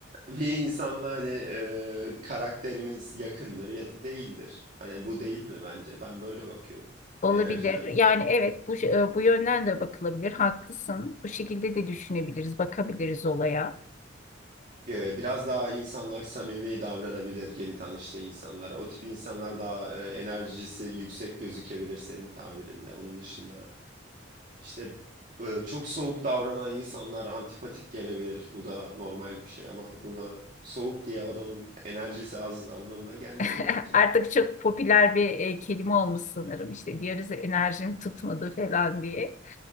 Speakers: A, on the right; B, on the left.
A: bir insanla hani e, karakterimiz yakındır ya da değildir. Hani bu değil mi bence? Ben böyle bakıyorum
B: Olabilir.
A: enerjiden.
B: Yani evet bu e, bu yönden de bakılabilir. Haklısın. Bu şekilde de düşünebiliriz, bakabiliriz olaya.
A: E, biraz daha insanlar samimi davranabilir yeni tanıştığı insanlara. O tip insanlar daha e, enerjisi yüksek gözükebilir senin tabirinde. Onun dışında işte e, çok soğuk davranan insanlar antipatik gelebilir. Bu da normal bir şey ama buna soğuk diye adamın enerjisi az anlamına gelmiyor
B: <laughs>
A: bence.
B: Artık çok popüler bir e, kelime olmuş sanırım. İşte diyoruz ya, enerjim tutmadı falan diye.